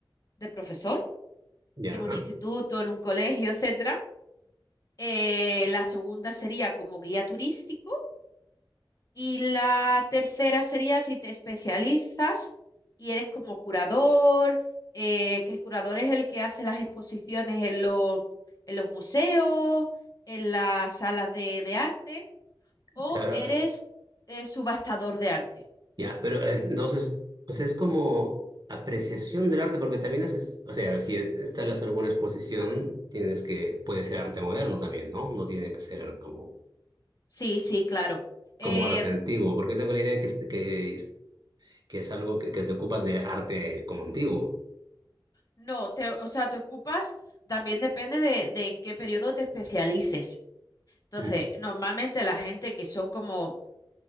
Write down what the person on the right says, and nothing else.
ya,
claro.
Ya, pero eh, entonces, pues es como apreciación del arte, porque también haces, o sea, si instalas alguna exposición, tienes que, puede ser arte moderno también, ¿no? No tiene que ser como,
como arte antiguo, porque tengo la idea que, es- que, es- que es algo que, que te ocupas de arte como antiguo.
Mm,